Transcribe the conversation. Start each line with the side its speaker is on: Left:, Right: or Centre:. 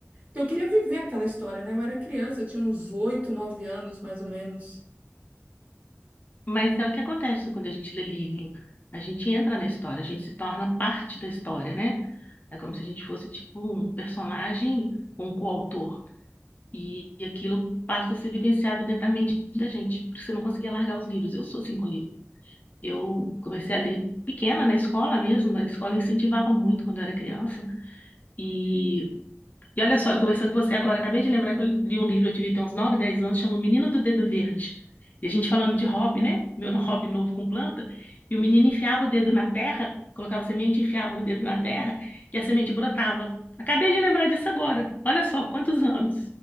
Right: que eu queria viver aquela história, né? Eu era criança, eu tinha uns oito, nove anos, mais ou menos.
Left: Mas é o que acontece quando a gente lê livro. A gente entra na história, a gente se torna parte da história, né? É como se a gente fosse tipo um personagem, um coautor. E, e aquilo passa a ser vivenciado dentro da mente da gente, porque você não conseguia largar os livros. Eu sou assim com livro. Eu comecei a ler pequena na escola mesmo, a escola incentivava muito quando eu era criança. E e olha só, eu conversando com você agora, acabei de lembrar que eu li um livro, eu tive até uns 9, 10 anos, chama O Menino do Dedo Verde. E a gente falando de hobby, né? Meu hobby novo com planta. E o menino enfiava o dedo na terra, colocava semente, enfiava o dedo na terra e a semente brotava. Acabei de lembrar disso agora. Olha só, quantos anos.